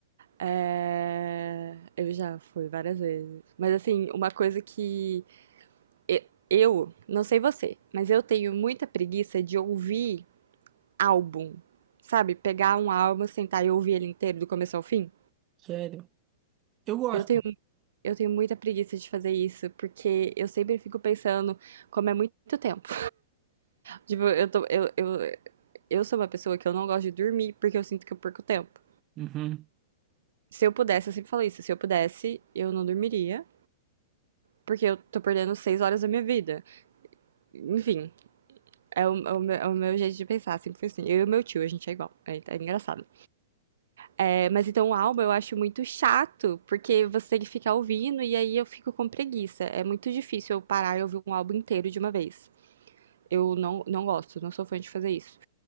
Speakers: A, on the right; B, on the right.
A: É... Eu já fui várias vezes. Mas assim, uma coisa que e- eu, não sei você, mas eu tenho muita preguiça de ouvir álbum. Sabe? Pegar um álbum, sentar e ouvir ele inteiro do começo ao fim.
B: Sério. Eu gosto.
A: Eu tenho, eu tenho muita preguiça de fazer isso, porque eu sempre fico pensando, como é muito tempo. Tipo, eu tô, eu, eu, eu sou uma pessoa que eu não gosto de dormir porque eu sinto que eu perco tempo.
B: Uhum,
A: Se eu pudesse, eu sempre falo isso, se eu pudesse, eu não dormiria, porque eu tô perdendo seis horas da minha vida. Enfim, é o, é o meu, é o meu jeito de pensar, sempre foi assim. Eu e o meu tio, a gente é igual, é, é engraçado. É, mas então o álbum eu acho muito chato, porque você tem que ficar ouvindo e aí eu fico com preguiça. É muito difícil eu parar e ouvir um álbum inteiro de uma vez. Eu não, não gosto, não sou fã de fazer isso.